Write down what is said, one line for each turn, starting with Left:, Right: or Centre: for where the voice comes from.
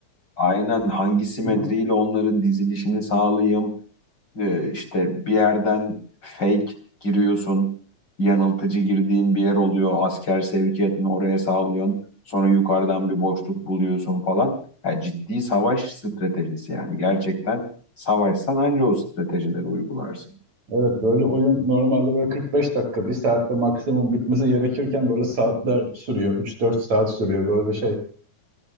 Left: aynen hangi simetriyle
Right: <laughs>
Left: onları dizilişini sağlayayım, Ee, işte bir yerden fake giriyorsun, yanıltıcı girdiğin bir yer oluyor, asker sevkiyatını oraya sağlıyorsun, sonra yukarıdan bir boşluk buluyorsun falan. Ya ciddi savaş stratejisi yani gerçekten savaşsan anca o stratejileri uygularsın.
Right: Evet böyle oyun normalde böyle 45 dakika, bir saatte maksimum bitmesi gerekirken böyle saatler sürüyor. 3-4 saat sürüyor böyle şey.